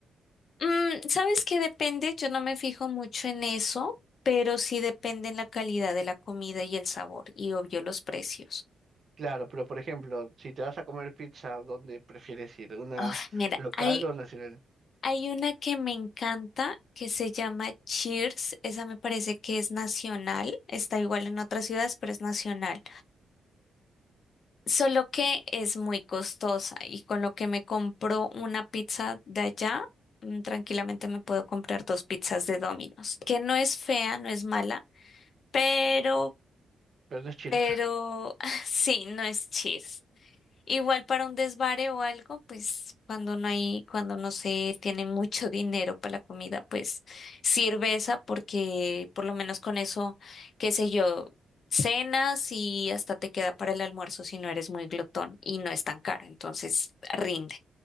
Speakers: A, on the left; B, on the right.
A: Mm, ¿sabes qué depende? Yo no me fijo mucho en eso, pero sí depende en la calidad de la comida y el sabor, y obvio los precios.
B: Claro, pero por ejemplo, si te vas a comer pizza, ¿dónde prefieres ir? ¿Una
A: Uf, mira,
B: local
A: hay
B: o nacional?
A: Hay una que me encanta que se llama Cheers. Esa me parece que es nacional. Está igual en otras ciudades, pero es nacional. Solo que es muy costosa y con lo que me compro una pizza de allá, mm, tranquilamente me puedo comprar dos pizzas de Domino's, que no es fea, no es mala, pero,
B: Pero no es Cheers.
A: pero <laughs> sí, no es Cheers. Igual para un desvare o algo, pues cuando no hay, cuando no se tiene mucho <laughs> dinero para la comida, pues sirve esa porque por lo menos con eso, qué sé yo, cenas y hasta te queda para el almuerzo si no eres muy glotón y no es tan cara, entonces rinde.